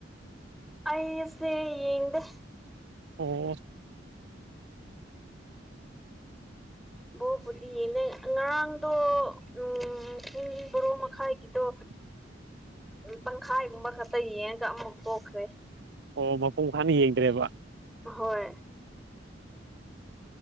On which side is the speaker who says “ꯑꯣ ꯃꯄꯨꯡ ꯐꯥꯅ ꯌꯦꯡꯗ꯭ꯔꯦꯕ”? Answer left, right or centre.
Right